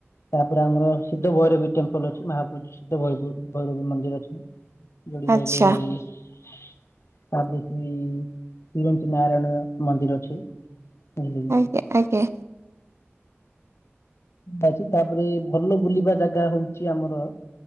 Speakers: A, on the left; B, on the right.
A: ତାପରେ ଆମର ସିଦ୍ଧ ଭୈରବୀ ଟେମ୍ପଲ ଅଛି ମହାପ୍ରତିସିତ ଭୈବୁ ଭୈରବୀ ମନ୍ଦିର ଅଛି। ଯଦି କହିଲେ
B: ଆଚ୍ଛା
A: ତା ପ୍ରତି। ସେ ଶ୍ରୀରଞଞ୍ଚ ନାରାୟଣ ମନ୍ଦିର ଅଛି। <unintelligible>
B: ଏ ଆଜ୍ଞା।
A: ଅଛି ତାପରେ ଭଲ ବୁଲିବା ଜାଗା ହଉଛି ଆମର।